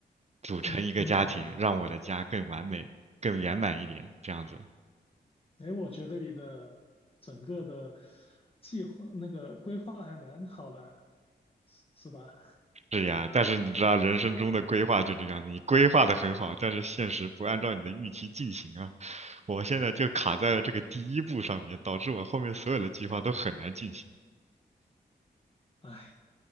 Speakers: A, on the right; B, on the left.
A: 组成一个家庭，
B: 嗯嗯。
A: 让我的家更完美、更圆满一点，这样子。
B: 哎，我觉得你的整个的计划那个规划还蛮好的，是是吧？
A: 是呀，但是你知道人生中的规划就这样子，你规划的很好，但是现实不按照你的预期进行啊。我现在就卡在了这个第一步上面，导致我后面所有的计划都很难进行。
B: 哎，